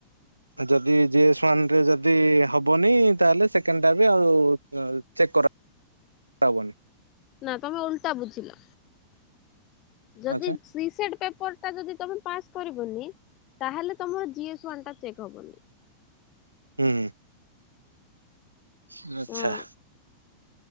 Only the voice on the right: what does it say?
ଯଦି ଜିଏସ୍ ୱାନ ରେ ଯଦି ହବନି ତାହେଲେ ସେକେଣ୍ଡ ଟା ବି ଆଉ ଚେକ୍ କର। ତାହବନି।
ଆଚ୍ଛା
ହୁଁ ହୁଁ ଆଛା।